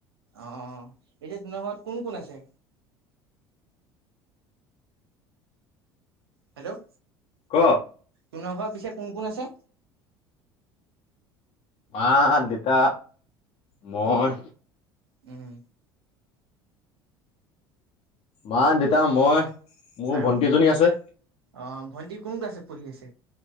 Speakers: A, on the right (about 75°); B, on the left (about 45°).
A: অ 'এ যেয়া তোমাৰ ঘৰত কোন কোন আছে হেল্ল'
B: ক
A: তনৰ ঘৰৰ পিছে কোন কোন আছে।
B: মা দেতা মই
A: উম,
B: মা দেতা মই মোৰ
A: আৰু
B: ভন্টিজনী আছে।
A: অ ভণ্টি কোন আছে পঢ়ি আছে।